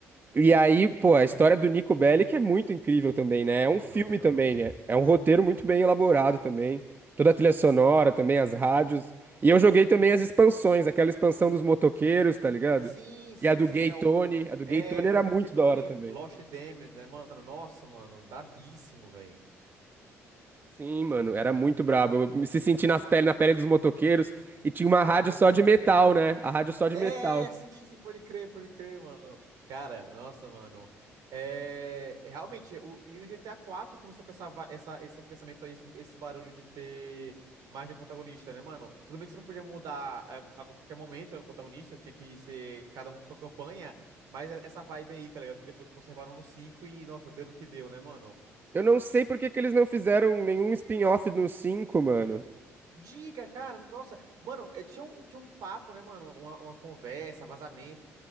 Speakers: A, on the right; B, on the right.
A: E aí, pô, a história do Nico Bellic é muito incrível também, né? É um filme
B: Nossa,
A: também,
B: não, sim.
A: é, é um roteiro muito bem elaborado também. Toda a trilha sonora também, as rádios. E eu joguei também as expansões, aquela expansão dos motoqueiros, tá ligado?
B: Sim, sim,
A: E a do
B: sim,
A: Gay
B: é
A: Tony,
B: o.
A: a do
B: É,
A: Gay Tony
B: Bride
A: era muito
B: of Ketone,
A: da hora também.
B: Lost Damned, né, mano? Nossa, mano, brabíssimo, velho.
A: Sim, mano, era muito brabo. Eu me se senti nas pele, na pele dos motoqueiros e tinha uma
B: Ah,
A: rádio só
B: velho,
A: de
B: muito
A: metal,
B: irado.
A: né? A rádio só de
B: É,
A: metal.
B: sim, sim, pode crer, pode crer, mano. Cara, nossa, mano. É, é, realmente, o, e o GTA IV começou com essa, va- essa, esse pensamento aí, esse, esse barulho de ter mais de um protagonista, né, mano? Tudo bem que você não podia mudar a, a qualquer momento, né, o protagonista, tinha que ser cada um com sua campanha, mas é- essa vibe aí, tá ligado? Que depois conservaram no 5 e, nossa, deu no que deu, né, mano?
A: Eu não sei por que que eles não fizeram nenhum spin-off no cinco, mano.
B: Diga, cara, nossa, mano, eh, tinha um, tinha um papo, né, mano, uma, uma conversa, vazamento